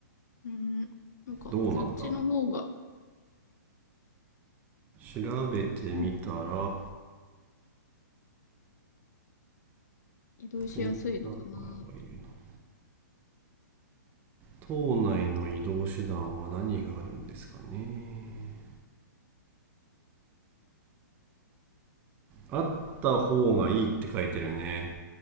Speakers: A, on the left; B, on the right.
A: うん。なんか、
B: どうなんだ
A: そっちの方が、
B: 調べてみたら、
A: うん、移動しやすいのかな。
B: レンタカーがいるな。島内の移動手段は何があるんですかね。あった方がいいって書いてるね。